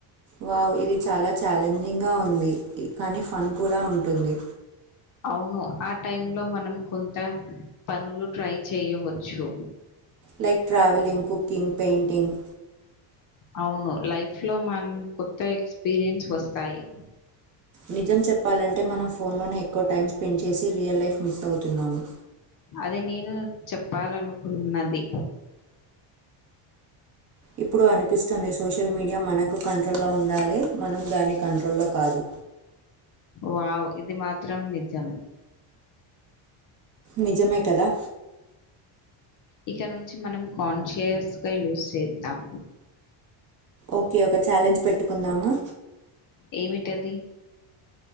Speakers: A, on the right (about 35°); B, on the left (about 40°).
A: వావ్ ఇది చాలా ఛాలెంజింగ్ గా ఉంది కానీ ఫన్ కూడా ఉంటుంది
B: అవును ఆ టై లో మనం కొంత పనులు ట్రై చేయవచ్చు
A: లేైక్ ట్రావలింగ్ కుకింగ్ పెయింటింగ్
B: అవును లైఫ్ లో మ కొత్త ఎక్స్పీరియన్స్ వస్తాయి
A: నిజం చెప్పాలంటే మనం ఫోన్లోనే ఎక్కువ టైం స్పెండ్ చేసి రియల్ లైఫ్ మిస్ అవుతున్నాము
B: అది నేను చెప్పాలనుకున్నది
A: ఇప్పుడు అనిపిస్తుంది సోషల్ మీడియా మనకు కంట్రోల్లో ఉండాలి మనం దాని కంట్రోల్లో కాదు
B: వావ్! ఇది మాత్రం నిజం
A: నిజమే కదా
B: ఇక్క నుంచి మనం కాన్షియస్ గా యూస్ చేద్దాం
A: ఓకే ఒక ఛాలెంజ్ పెట్టుకుందామా
B: ఏమిట్టది